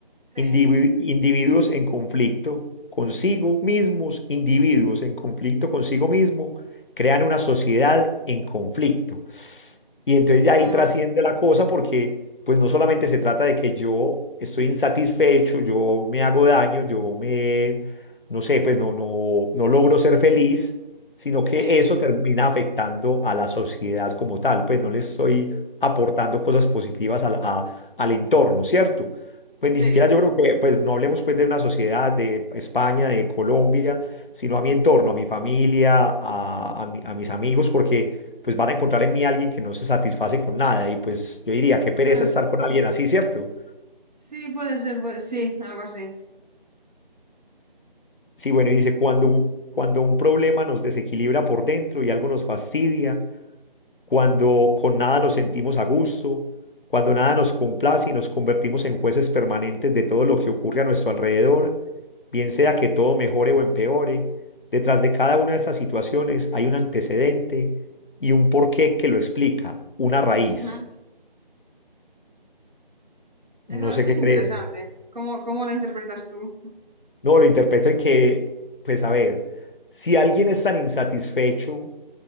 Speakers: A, on the right; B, on the left.
A: Sí,
B: indivi- individuos en conflicto consigo mismos, individuos en conflicto consigo mismo, crean una sociedad en conflicto. Y entonces
A: mm,
B: ya ahí trasciende la cosa porque pues no solamente se trata de que yo estoy insatisfecho, yo me hago daño, yo me, no sé, pues no, no, no logro ser feliz, sino
A: sí,
B: que eso termina afectando a la sociedad como tal, pues no le estoy aportando cosas positivas al a- al entorno, ¿cierto? Pues
A: sí,
B: ni siquiera yo creo que, pues no hablemos pues de una sociedad de España, de Colombia, sino a mi entorno, a mi familia, a, a mi- a mis amigos, porque pues van a encontrar en mí alguien que no se satisface con nada y pues yo diría, qué pereza
A: claro.
B: estar con alguien así, ¿cierto?
A: Sí, puede ser, puede- sí, algo así.
B: Sí, bueno, y dice, cuando, cuando un problema nos desequilibra por dentro y algo nos fastidia, cuando con nada nos sentimos a gusto, cuando nada nos complace y nos convertimos en jueces permanentes de todo lo que ocurre a nuestro alrededor, bien sea que todo mejore o empeore, detrás de cada una de esas situaciones hay un antecedente y un porqué que lo explica, una raíz.
A: Ujú. Eso,
B: No sé
A: eso
B: qué
A: es interesante.
B: crees.
A: ¿Cómo, cómo lo interpretas tú?
B: No, lo interpreto en que, pues a ver, si alguien es tan insatisfecho,